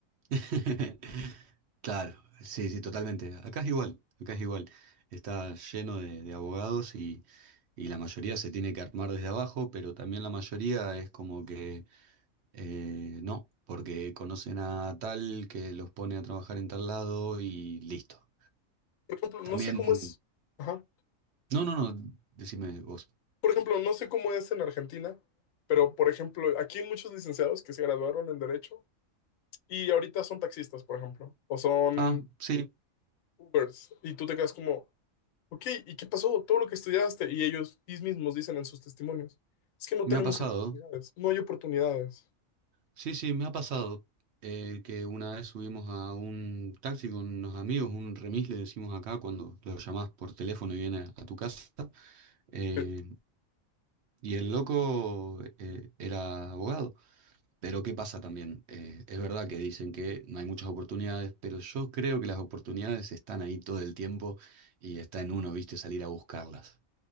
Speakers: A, on the right; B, on the left.
A: <laughs> Claro, sí, sí, totalmente. Acá es igual, acá es igual. Está lleno de, de abogados y, y la mayoría se tiene que armar desde abajo, pero también la mayoría es como que eh, no, porque conocen a tal que los pone a trabajar en tal lado y listo.
B: Por ejemplo,
A: También,
B: no sé cómo es. Ajá.
A: no, no, no, decime vos.
B: Por ejemplo, no sé cómo es en Argentina, pero por ejemplo, aquí hay muchos licenciados que se graduaron en Derecho y ahorita son taxistas, por ejemplo, o son
A: Ah, sí,
B: Ubers, y tú te quedas como, ok, ¿y qué pasó? Todo lo que estudiaste, y ellos mismos dicen en sus testimonios, es que no
A: me
B: tenemos
A: ha pasado,
B: oportunidades, no hay oportunidades,
A: Sí, sí, me ha pasado eh, que una vez subimos a un taxi con unos amigos, un remis le decimos acá cuando lo llamás por teléfono y viene a tu casa, eh,
B: Es
A: y el loco eh, era abogado. Pero ¿qué pasa también? Eh, es verdad que dicen que no hay muchas oportunidades, pero yo creo que las oportunidades están ahí todo el tiempo y está en uno, viste, salir a buscarlas